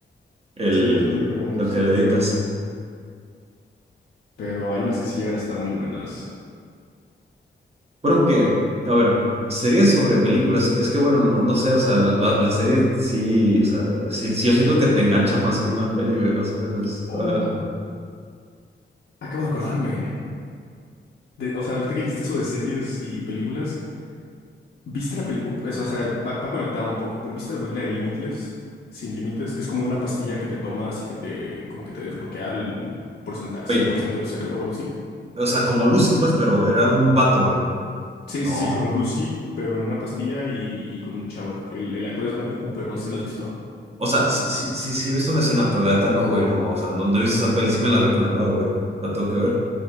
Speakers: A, on the right; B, on the left.
A: el-
B: Sí, es lo único que no me
A: lo
B: gusta,
A: que le dedicas.
B: pero, pero hay unas que sí llegan a estar muy buenas.
A: Bueno, que, a ver, series sobre películas, es que bueno, no, no sé, o sea, la, la serie sí, o sea, sí, sí yo siento que te engancha más que una peli, güey, no sé, pues,
B: Oh,
A: está-
B: acabo de acordarme. De- o sea, ahorita que dijiste eso de series y películas, ¿viste la película? O sea, va, va conectado un poco, pero ¿viste la película de Limitless? Sin límites, que es como una pastilla que te tomas y que te, como que te desbloquea el porcentaje, cien
A: Oye,
B: por ciento de tu cerebro o algo así.
A: o sea, como Lucy, pues, pero era un vato, güey.
B: Sí,
A: No.
B: sí, sí, como Lucy, pero en una pastilla y, y con un chavo. El, el actor es Bradley Cooper, no sé si lo has visto.
A: O sea, sí, sí, sí, sí he visto una escena, pero la neta no, güey, no. O sea, no, no he visto esa peli, sí me la han recomendado, güey. La tengo que ver.